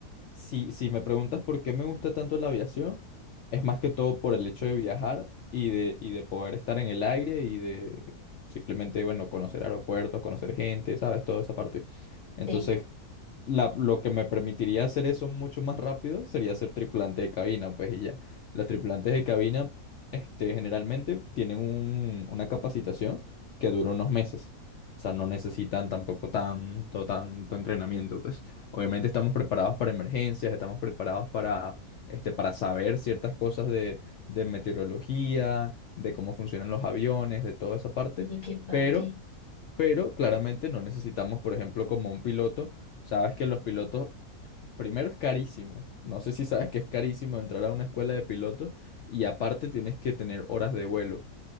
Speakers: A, on the left; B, on the left.
A: Si, si me preguntas por qué me gusta tanto la aviación, es más que todo por el hecho de viajar y de, y de poder estar en el aire y de simplemente, bueno, conocer aeropuertos, conocer gente, ¿sabes? Toda esa parte. Entonces,
B: Sí.
A: la- lo que me permitiría hacer eso mucho más rápido sería ser tripulante de cabina, pues y ya. Los tripulantes de cabina, este, generalmente tienen un- una capacitación que dura unos meses. O sea, no necesitan tampoco tanto, tanto entrenamiento, pues. Obviamente estamos preparados para emergencias, estamos preparados para, este, para saber ciertas cosas de, de meteorología, de cómo funcionan los aviones, de toda esa parte,
B: Oye, qué padre.
A: pero, pero claramente no necesitamos, por ejemplo, como un piloto, sabes que los pilotos, primero es carísimo, no sé si sabes que es carísimo entrar a una escuela de pilotos y aparte tienes que tener horas de vuelo